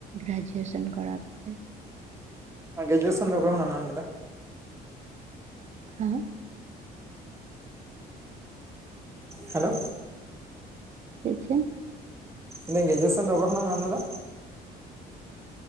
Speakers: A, on the right; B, on the right.
A: ᱜᱨᱮᱡᱩᱭᱮᱥᱚᱱ ᱠᱚᱨᱟᱣ ᱠᱟᱛᱮ᱾
B: ᱟᱠᱚ ᱨᱜᱨᱮᱡᱩᱭᱮᱥᱚᱱ ᱫᱚ ᱚᱠᱟ ᱠᱷᱚᱱᱟᱜᱼᱮᱢ ᱮᱢ ᱞᱮᱫᱟ?
A: ᱟᱢ?
B: <inaudible> ᱦᱟᱞᱳ
A: ᱪᱮᱫ ᱪᱚᱝ?
B: ᱢᱮᱱ ᱤᱜᱼᱟᱹᱧ ᱡᱮ ᱜᱨᱮᱡᱩᱭᱮᱥᱚᱱ ᱫᱚ ᱚᱠᱟ ᱠᱷᱚᱱᱟᱜᱼᱮᱢ ᱮᱢ ᱞᱮᱫᱟ?